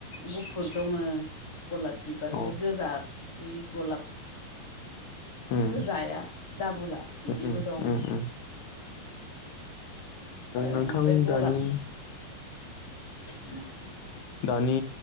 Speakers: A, on the left (about 20°); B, on the left (about 75°).
A: गुफुर दङो गलाब बिबार
B: अ
A: ओमफाय गोजा। इ गलाप
B: उम
A: गोजाया दाबुला बिदिबो
B: उम
A: दं
B: उम उम
A: ओ
B: नोंथां
A: ओमफाय गलाब
B: दानि
A: ओ
B: दानि